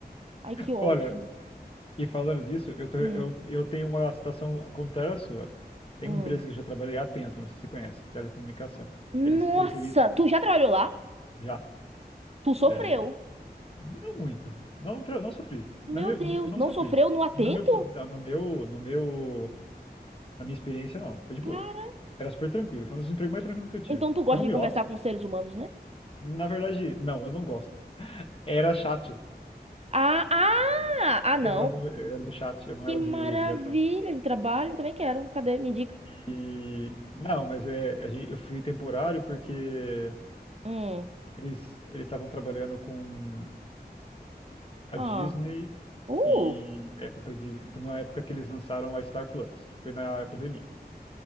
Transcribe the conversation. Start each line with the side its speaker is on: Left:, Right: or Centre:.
Right: Ai, que ódio.
Left: Olha, E falando disso, eu, tô-
Right: Hum,
Left: eu, eu tenho uma situação contrária à sua. Tem
Right: hum.
Left: uma empresa que eu já trabalhei, a Atento, não sei se você conhece, telecomunicação.
Right: Nossa,
Left: Eles terceirizam
Right: tu já trabalhou lá?
Left: já.
Right: Tu sofreu.
Left: É, não muito. Não, tra- não sofri.
Right: Meu
Left: Na meu,
Right: Deus,
Left: eu não
Right: não
Left: sofri.
Right: sofreu no atento?
Left: No meu, na- no meu, no meu, na minha experiência, não. Foi de
Right: Cara.
Left: boa. Era super tranquilo. Foi um dos empregos mais tranquilos que eu tive.
Right: Então tu gosta
Left: É Home
Right: de conversar
Left: office.
Right: com seres humanos, né?
Left: Na verdade, não, eu não gosto. Era chat.
Right: Ah, ah! Ah, não.
Left: Eu era do, eu era do chat, eu não
Right: Que
Left: era
Right: maravilha
Left: de ligação.
Right: de trabalho. Também quero. Cadê? Me indica.
Left: E não, mas é, a gen- eu fui temporário porque
Right: Hum.
Left: eles eles estavam trabalhando com a
Right: Ah.
Left: Disney
Right: Uh.
Left: e é foi pra Disney, na época que eles lançaram a Star Plus, foi na pandemia.